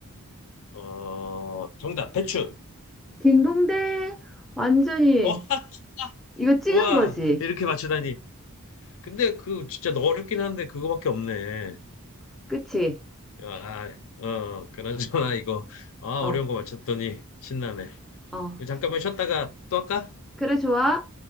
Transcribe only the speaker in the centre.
딩동댕. 완전히
이거 찍은
거지.
그치?
어,
어.
그래, 좋아.